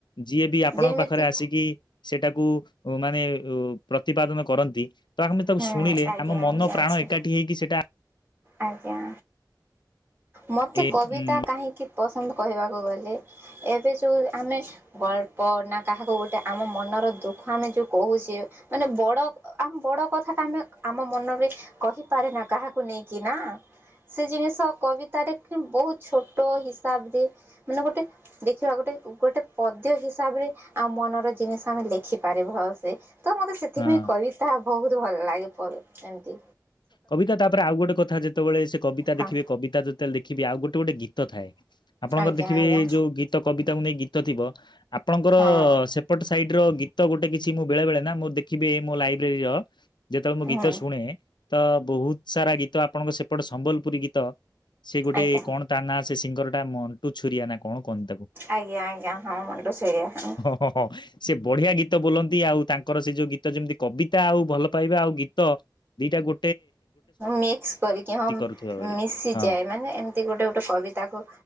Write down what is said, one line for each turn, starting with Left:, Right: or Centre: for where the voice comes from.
Left: ଯିଏବି ଆପଣଙ୍କ
Right: ଯେମିତି
Left: ପାଖରେ ଆସିକି ସେଟାକୁ ଉ ମାନେ ଉ ପ୍ରତିପାଦନ କରନ୍ତି ତ ଆମେ
Right: ହୁଁ
Left: ତାକୁ
Right: ଆଜ୍ଞା
Left: ଶୁଣିଲେ ଆମ
Right: ଆଜ୍ଞା
Left: ମନ ପ୍ରାଣ
Right: ଅଛି
Left: ଏକାଠି ହେଇକି ସେ
Right: ଆଜ୍ଞା। ମୋତେ
Left: ଏ
Right: କବିତା
Left: ଉଁ
Right: କାହିଁକି ପସନ୍ଦ କହିବାକୁ ଗଲେ ଏବେ ଯୋଉ ଆମେ ଗଳ୍ପ ନା କାହାକୁ ଗୋଟେ ଆମ ମନର ଦୁଃଖ ଆମେ ଯୋଉ କହୁଛେ ମାନେ ବଡ଼ ଆମ୍ ବଡ଼ କଥାଟା ଆମେ ଆମ ମନରେ କହିପାରେନା କାହାକୁ ନେଇକି ନାଁ। ସେ ଜିନିଷ କବିତାରେ ବହୁତ ଛୋଟ ହିସାବରେ ମାନେ ଗୋଟେ ଦେଖିବା ଗୋଟେ ଗୋଟେ ପଦ୍ୟ ହିସାବରେ ଆମ୍ ମନର ଜିନିଷ ଆମେ ଲେଖିପାରେ ଭଲସେ। ତ ମତେ ସେଥିପାଇଁ
Left: ହଁ
Right: କବିତା ବହୁତ ଭଲ ଲାଗେ ପ ଏମତି।
Left: କବିତା ତାପରେ ଆଉ ଗୋଟେ କଥା ଯେତେବେଳେ ସେ କବିତା
Right: ହଁ
Left: ଦେଖିବେ କବିତା ଯେତେବେଳେ ଦେଖିବେ ଆଉ ଗୋଟେ ଗୋଟେ ଗୀତ ଥାଏ। ଆପଣଙ୍କର
Right: ଆଜ୍ଞା
Left: ଦେଖିବେ
Right: ଆଜ୍ଞା
Left: ଏ ଯୋଉ ଗୀତ କବିତାକୁ ନେଇ ଗୀତ ଥିବ ଆପଣଙ୍କର
Right: ହଁ
Left: ସେ ଏପଟ ସାଇଡ଼ର ଗୀତ ଗୋଟେ କିଛି ମୁଁ ବେଳେ ବେଳେ ନା ମୁଁ ଦେଖିବି ଏ ମୋ ଲାଇବ୍ରେରୀର ଯେତେବେଳେ ମୁଁ
Right: ହୁଁ
Left: ଗୀତ ଶୁଣେ ତ ବହୁତ ସାରା ଗୀତ ଆପଣଙ୍କ ସେପଟେ ସମ୍ବଲପୁରୀ ଗୀତ ସେ ଗୋଟେ
Right: ଆଜ୍ଞା
Left: କଣ ତା ନାଁ ସେ ସିଙ୍ଗରଟା ମଣ୍ଟୁ ଛୁରିଆ ନା କଣ କହନ୍ତି ତାକୁ?
Right: ଆଜ୍ଞା ଆଜ୍ଞା ହଁ ମୁଣ୍ଟୁ ଛୁରିଆ ହଁ।
Left: ଅହ ସେ ବଢିଆ ଗୀତ ବୋଲନ୍ତି ଆଉ ତାଙ୍କର ସେ ଯୋଉ ଗୀତ ଯେମିତି କବିତା ଆଉ ଭଲ ପାଇବା ଆଉ ଗୀତ। ଦିଇଟା ଗୋ
Right: ମିକ୍ସ କରିକି ହଁମ୍।
Left: କରୁଥିବା ଭଳି
Right: ମିଶିଯାଏ
Left: ହଁ
Right: ମାନେ ଏମିତି ଗୋଟେ ଗୋଟେ କବିତାକୁ